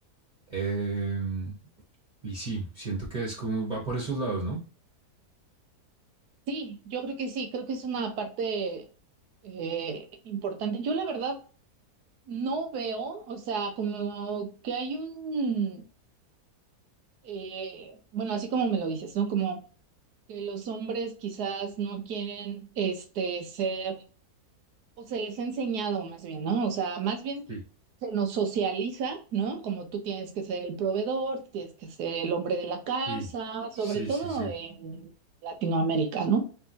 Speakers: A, on the right (about 30°); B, on the right (about 80°).
A: Eh, y sí, siento que es como va por esos lados, ¿no?
B: Sí, yo creo que sí, creo que es una parte eh, importante. Yo la verdad no veo, o sea, como que hay un, eh, bueno, así como me lo dices, ¿no? Como que los hombres quizás no quieren este, ser o se les ha enseñado más bien, ¿no? O sea, más bien
A: Sí,
B: se nos socializa, ¿no? Como tú tienes que ser el proveedor, tienes que ser el hombre de la casa,
A: sí, sí,
B: sobre todo
A: sí, sí.
B: en Latinoamérica, ¿no?